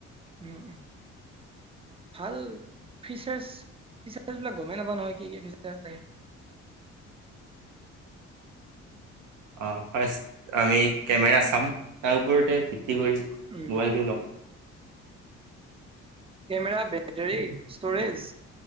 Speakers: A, on the right; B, on the right.
A: উম উ ভাল <unintelligible> ফিচাৰ ফিচাৰ বিলাক গমেই নাপা নহয় কি কি ফিচাৰ থাকে। <unintelligible> <inaudible>
B: অ ফাৰ্ষ্ট আমি কেমেৰা চাম তাৰ ওপৰতে তি কৰি
A: উম
B: মোবাইলটো লম। <unintelligible>
A: কেমেৰা বেটৰি ষ্টৰেজ